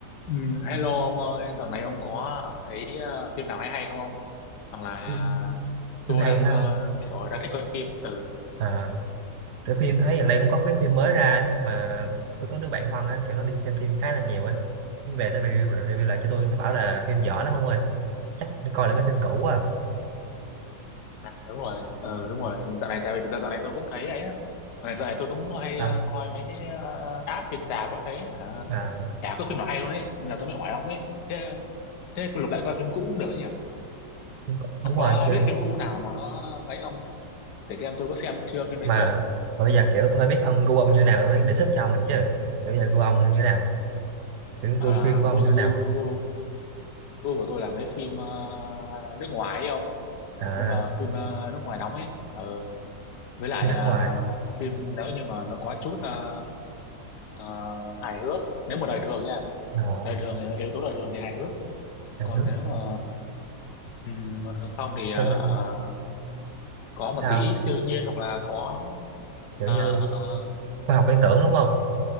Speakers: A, on the left; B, on the right.
A: Ừ, hello ông ơi, dạo này ông có thấy ờ, phim nào hay hay không ông? Hoặc là
B: Ừ,
A: tôi
B: phim hay
A: đang
B: hay
A: ờ,
B: không
A: kiểu đã thích coi phim ấy. Ừ,
B: à cái phim thấy gần đây cũng có mấy phim mới ra ấy, mà tôi có đứa bạn thân á kiểu nó đi xem phim khá là nhiều ấy Nhưng về nó review, review lại cho tôi nó bảo là phim dở lắm ông ơi chắc đi coi lại mấy phim cũ à
A: à, đúng rồi, ừ, đúng rồi. Dạo này tại vì dạo, dạo này tôi cũng thấy ấy. á. Dạo này dạo này tôi cũng hay
B: sao
A: ờ, coi mấy cái ờ, app trên rạp á thấy hả,
B: à
A: chả có phim nào hay luôn ấy, nên là tôi mới hỏi ông ấy. Thế thế lục lại coi phim cũ cũng được ấy nhỉ?
B: phim cũ- đúng
A: Ông có
B: rồi chứ
A: biết phim cũ nào mà nó ấy không? Để xem tôi có xem chưa phim đấy
B: mà,
A: chưa?
B: mà bây giờ kiểu tôi biết ông gu ông như nào tôi mới đề xuất cho ông được chứ kiểu bây giờ gu ông như nào kiểu gu
A: À,
B: phim của ông
A: gu,
B: như
A: gu,
B: nào
A: gu, gu của tôi là mấy phim ờ, nước ngoài ấy ông
B: à
A: nhưng mà phim ờ, nước ngoài đóng ấy ờ, với lại
B: phim nước
A: ờ,
B: ngoài
A: phim nếu như mà nó có chút ờ, ờ, hài hước nếu mà đời thường nha
B: à,
A: đời thường thì- ờ, yếu tố đời thường thì hài hước
B: Hàn
A: còn
B: Quốc
A: nếu mà ừm, không thì ờ,
B: Funny
A: ờ, có một
B: sao
A: tí siêu nhiên hoặc là có
B: kiểu như
A: uh,
B: khoa học viễn tưởng đúng không